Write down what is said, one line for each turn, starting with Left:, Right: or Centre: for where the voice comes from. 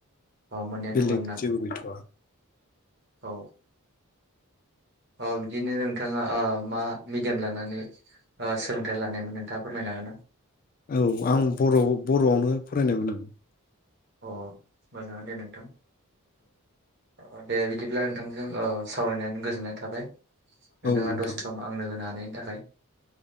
Right: अ मोननैयानो
Left: बेलेग
Right: दं आरोना
Left: जेबो गैथ'आ।
Right: औ अ बिदिनो नोंथाङा ओ मा मिडियाम लानानै ओ सोलोंथाइ लानायमोन नोंथाङा फोरमायनो हागोन ना?
Left: औ आं बर'-बर' आवनो फरायनाय फरायनायमोन नो
Right: अ मोजांआनो दे नोंथां। अ दे बिदिब्ला नोंथांजों ओ सावरायनानै गोजोननाय थाबाय। नोंथाङा
Left: औ नोंथां
Right: दसे सम आंनो होनो हानाय मोननायनि थाखाय।